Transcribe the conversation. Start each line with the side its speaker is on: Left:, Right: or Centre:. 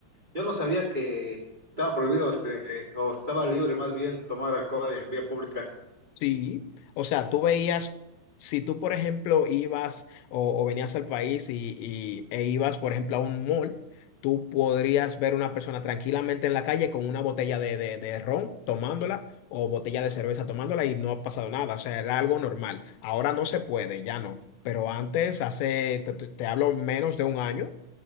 Right: yo no sabía que estaba prohibido este, o estaba libre más bien tomar alcohol en vía pública.
Left: Sí, o sea, tú veías, si tú, por ejemplo, ibas o, o venías al país y, y- e ibas, por ejemplo, a un mall, tú podrías ver una persona tranquilamente en la calle con una botella de, de, de ron tomándola o botella de cerveza tomándola y no ha pasado nada, o sea, era algo normal. Ahora no se puede, ya no, pero antes, hace, te, te te hablo menos de un año